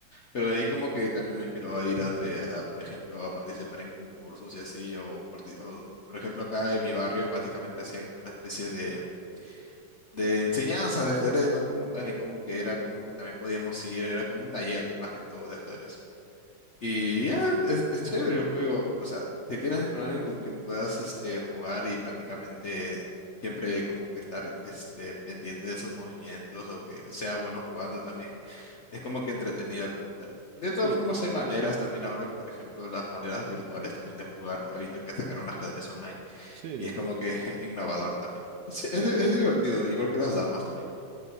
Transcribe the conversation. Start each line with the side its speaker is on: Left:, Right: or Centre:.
Left: Pero de ahí como que también me inspiró a ir a, tre- a, por ejemplo, a participar en concursos y así, o, parti- o, por ejemplo acá en mi barrio prácticamente hacían como una especie de de enseñanza de ajedrez, ¿no? Como tal, y como que era como que también podíamos ir, era como un taller más que todo de ajedrez. Y ya, es, es chévere el juego, o sea, si tienes con alguien con quien puedas este, jugar y prácticamente siempre como que estar este, pendiente de sus movimientos o que sea bueno jugando también, es como que entretenido como tal. De todas
Right: Sí,
Left: formas, hay maneras también ahora, por ejemplo, las maneras virtuales también de jugar. He visto que sacaron ajedrez online
Right: sí,
Left: y es como que <laughs> innovador también. Es,
Right: sí,
Left: es di- es divertido, igual que las damas también. como